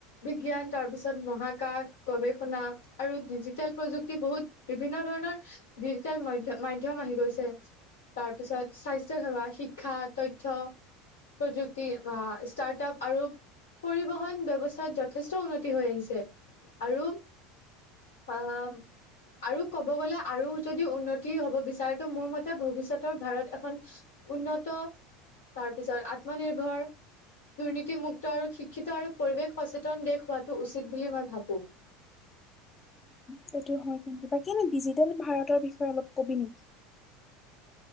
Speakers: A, on the left (about 85°); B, on the left (about 30°).
A: বিজ্ঞান তাৰ পিছত মহাকাশ গৱেষণা আৰু ডিজিটেল প্ৰযুক্তি বহুত বিভিন্ন ধৰণৰ ডিজিটেল ম্য মাধ্যম আহি গৈছে। তাৰপিছত স্বাস্থ্য সেৱা শিক্ষা তথ্য প্ৰযুক্তি বা ষ্টাৰ্ট আপ আৰু পৰিবহণ ব্যৱস্থাত যথেষ্ট উন্নতি হৈ আহিছে। আৰু আহ আৰু ক'ব গ'লে আৰু যদি উন্নতি হব বিচাৰে তো মোৰ মতে ভৱিষ্যতৰ ভাৰত এখন উন্নত তাৰপিছত আত্মনিৰ্ভৰ দুৰ্নীতিমুক্ত আৰু শিক্ষিত আৰু পৰিৱেশ সচেতন দেশ হোৱাটো উচিত বুলি মই ভাবো।
B: সেইটো হয় কিন্তু বাকী এনেই ডিজিটেল ভাৰতৰ বিষয়ে অলপ কবি নেকি?